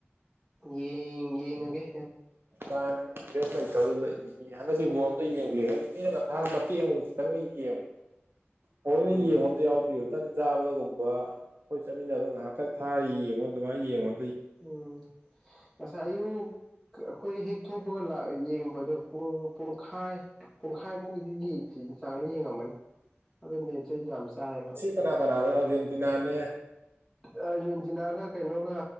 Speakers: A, in the centre; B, on the right.
A: ꯌꯦꯡ ꯌꯦꯡꯉꯒꯦ
B: ꯀꯥꯍꯦꯟꯅꯖꯨ ꯏꯝꯄꯔꯦꯁ ꯂꯩꯇꯕꯗꯨꯗ ꯍꯟꯗꯛꯀꯤ ꯕꫭꯜ ꯑꯝꯇ ꯌꯦꯡꯗꯔꯤ ꯑꯩꯗꯤ ꯃꯤꯅꯒ ꯊꯥꯔ ꯃꯇꯦꯛ ꯑꯃ ꯈꯤꯇꯪꯒ ꯌꯦꯡꯕ ꯊꯑꫭꯏꯅ
A: ꯎꯝ
B: ꯌꯦꯡꯕ ꯑꯃꯇ ꯌꯥꯎꯗꯦ ꯑꯃꯨꯛꯇꯪ ꯆꯥꯕꯗꯒꯨꯝꯕ ꯑꯩꯈꯣꯏ ꯆꯠꯃꯤꯟꯅꯕ ꯉꯥꯏꯍꯥꯛꯀ ꯊꯥꯔ ꯌꯦꯡꯉꯣ ꯑꯗꯨꯃꯥꯏ ꯌꯦꯡꯉꯣ
A: ꯎꯝ ꯉꯁꯥꯏ ꯑꯌꯨꯛ ꯑꯩꯈꯣꯏ ꯍꯦꯛ ꯊꯣꯛꯄꯒ ꯂꯥꯛ ꯌꯦꯡꯕꯗꯨ ꯄꯨꯡ ꯄꯨꯡꯈꯥꯏ ꯄꯨꯡꯈꯥꯏꯃꯨꯛꯀꯤꯗꯤ ꯌꯦꯟꯁꯤ ꯆꯥꯡꯗ ꯌꯦꯡꯉꯝꯃꯅꯤ ꯑꯗꯨꯅꯦ ꯊꯔꯤꯗ ꯌꯥꯝ ꯆꯥꯏꯌꯦꯕ
B: ꯀꯅꯥ ꯀꯅꯥꯅꫭ ꯑꯥꯔꯖꯦꯟꯇꯤꯅꯥꯅꯦ
A: ꯑꯥꯔꯖꯦꯟꯇꯤꯅꯥꯒ ꯀꯩꯅꯣꯒ